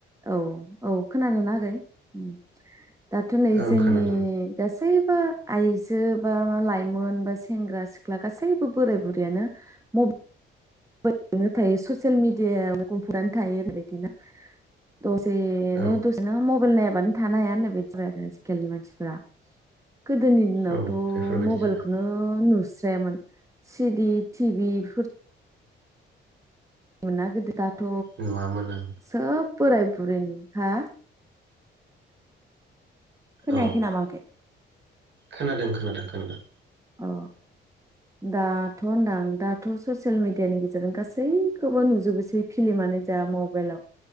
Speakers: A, on the right; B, on the right.
A: औ औ खोनादोंना <unintelligible> दाथ नै
B: ओं
A: जोंनि
B: खोनादों
A: गासै। सैबो आइजो बा लाइमोन बा सेंग्रा सिख्ला गासैबो बोराइ बुरैयानो मब <unintelligible> जोंनि देयाव गुफुरानोयो थायो बेलायथो ना। दसेनो
B: औ
A: दसेनो मबेल नाय बानो थानो हाया मोननो बादि आरो आजिखालनि मानसिफ्रा। गोदोनि दिनावथ
B: औ बेफोरबायदि
A: मबाइलखौनो
B: जाबाय
A: नु- स्रायामोन सिडि टिभिफोर नुनागोदो <inaudible> दाथ
B: नुवामोन आं
A: सोब बोराय बुरैनि हा? खोनायाखै
B: औ
A: नामा ओंखाइ।
B: खोनादों खोनादों खोनादों।
A: औ दाथ होनदां दाथ ससियेल मिडियानि गेजेरजों गासैखौबो नुजोबोसै फिलिमानो जा मबाइलाव।